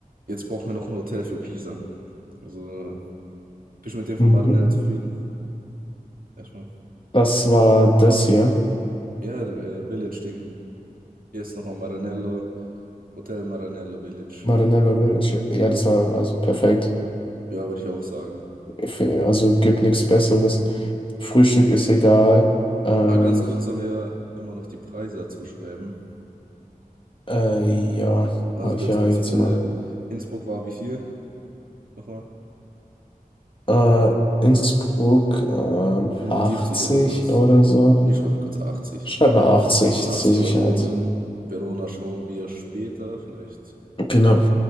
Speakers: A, on the right; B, on the left.
A: Jetzt brauchen wir noch ein Hotel für Pisa. Also, bist du mit dem
B: Mhm.
A: von Maranello zufrieden? Erstmal.
B: Das war das hier.
A: Ja, äh, Village-Ding. Hier ist nochmal Maranello, Hotel Maranello Village.
B: Marinello Village. Ja, ja, das war also perfekt.
A: Ja, würde ich auch sagen.
B: Ich fi- Also gibt nichts Besseres. Frühstück ist egal. Ähm,
A: Ah, ganz kurz sollen wir immer noch die Preise dazu schreiben.
B: äh, ja,
A: Also
B: habe ich
A: ganz
B: ja
A: kurz,
B: jetzt
A: äh,
B: mal.
A: Innsbruck war wie viel? Nochmal?
B: Äh, Innsbruck, ähm,
A: 75
B: 80
A: oder sowas.
B: oder so.
A: Ich schreibe mal kurz Achtzig
B: Schreib mal 80
A: 80
B: zur Sicherheit.
A: Euronen. Verona schauen wir später vielleicht.
B: Genau.